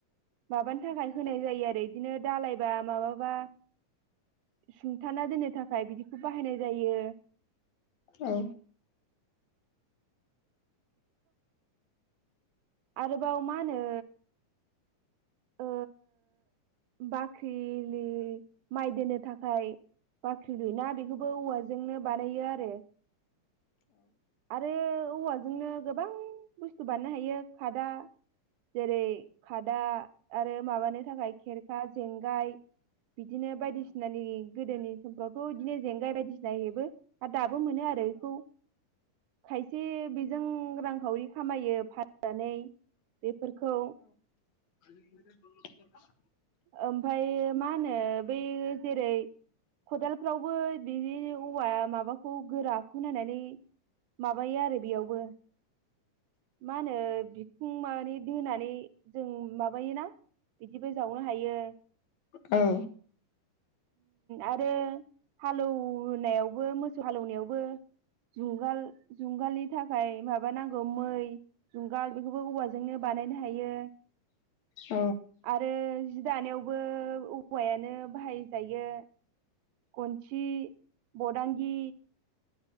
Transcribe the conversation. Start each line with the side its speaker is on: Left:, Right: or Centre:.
Right: माबानि थाखाय होनाय जायो आरो बिदिनो दालायबा माबाबा सुंथाना दोननो थाखाय बिदिखौ बाहायनाय जायो।
Left: औ
Right: आरोबाव मा होनो ओ बाख्रिनि माइ दोननो थाखाय बाख्रि लुना बेखौबो औवाजोंनो बानायो आरो आरो औवाजोंनो गोबां बुस्थु बानायनो हायो खादा जेरै खादा आरो माबानो थाखाय खेरखा जेंगाय बिदिनो बायदिसिनानि गोदोनि समफ्रावथ' बिदिनो जेंगाय बायदिसिना हेबो दाबो मोनो आरो बेखौ खायसे बेजों रांखावरि खामायो फाननानै बेफोरखौ
Left: <inaudible>
Right: ओमफ्रायो मा होनो बै जेरै खदालफ्रावबो बेदि औवा माबाखौ गोरा बेखौ नायनानै माबायो आरो बेयावबो मा होनो बि खुं माने दोनानै जों माबायोोना बिदिबो जावनो हायो।
Left: औ
Right: आरो हालौवनायावबो मोसौ हालौवनायावबो जुंगाल जुंगालनि थाखाय माबानांगौ मै जुंगाल बेखौबो औवाजोंनो बा बानायनो हायो
Left: औ
Right: आरो जि दानायावबो औवायानो बाहायजायो खनसि बदांगि